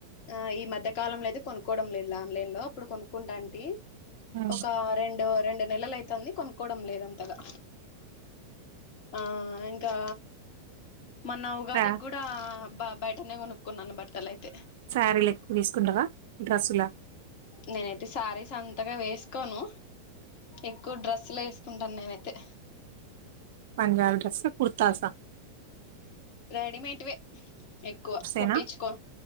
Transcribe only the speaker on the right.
ఆ
ఆ
శారీలు ఎక్కువ దీసుకుంటార డ్రస్సు లా
పంజాబ్ డ్రెస్ కుర్తాస
ఏనా